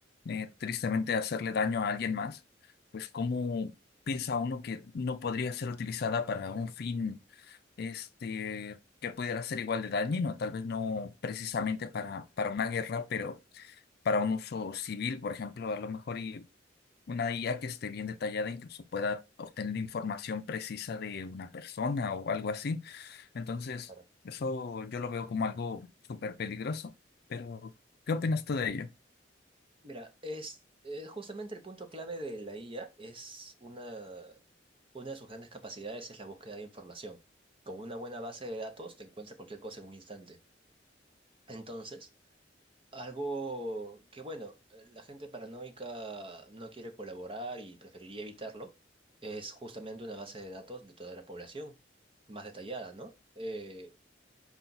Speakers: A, on the left (about 55°); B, on the right (about 30°).
A: eh, tristemente hacerle daño a alguien más, pues ¿cómo piensa uno que no podría ser utilizada para un fin este, que pudiera ser igual de dañino? Tal vez no precisamente para, para una guerra, pero para un uso civil, por ejemplo, a lo mejor y una IA que esté bien detallada, incluso pueda obtener información precisa de una persona o algo así. Entonces,
B: claro.
A: eso yo lo veo como algo súper peligroso. Pero, ¿qué opinas tú de ello?
B: Mira, es eh, justamente el punto clave de la IA es una, una de sus grandes capacidades es la búsqueda de información. Con una buena base de datos te encuentra cualquier cosa en un instante. Entonces, Algo que, bueno, eh, la gente paranoica no quiere colaborar y preferiría evitarlo, es justamente una base de datos de toda la población, más detallada, ¿no? Eh,